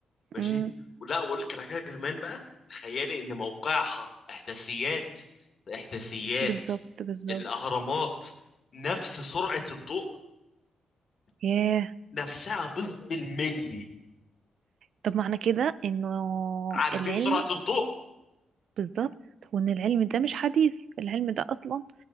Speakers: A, on the left (about 60°); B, on the right (about 75°).
A: ماشي
B: امم
A: ولا وأقول لك على حاجة كمان بقى تخيلي إن موقعها إحداثيات إحداثيات
B: بالظبط بالظبط
A: الأهرامات نفس سرعة الضوء
B: ياه
A: نفسها بز- بالملي
B: طب معنى كده انه
A: عارفين
B: العلم
A: سرعة الضوء
B: بالظبط وان العلم ده مش حديث العلم ده اصلا